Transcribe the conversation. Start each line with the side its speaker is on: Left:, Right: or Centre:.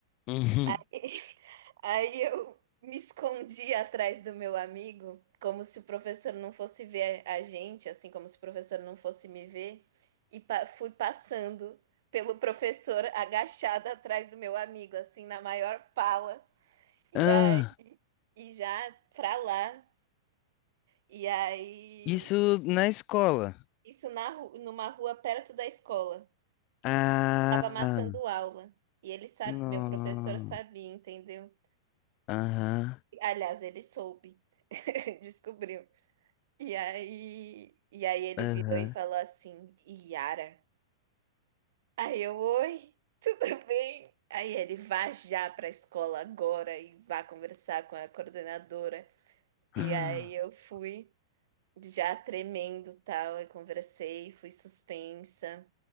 Left: Uhum.
Right: <laughs> Aí eu me escondi atrás do meu amigo, como se o professor não fosse ver a gente, assim como se o professor não fosse me ver, e pa- fui passando pelo professor agachada atrás do meu amigo, assim, na maior pala. E
Left: Ah,
Right: aí, e já pra lá. E aí.
Left: isso na escola.
Right: Isso na, ru- numa rua perto da escola.
Left: Ah,
Right: Tava matando aula. E ele sabe,
Left: não.
Right: meu professor sabia, entendeu?
Left: Aham,
Right: Aliás, ele soube. <laughs> Descobriu. E aí, e aí ele
Left: aham.
Right: virou e falou assim: Yara. Aí eu, oi, <laughs> tudo bem? Aí ele vá já pra escola agora e vá conversar com a coordenadora. E
Left: <gasps>
Right: aí eu fui já tremendo, tal, e conversei, fui suspensa.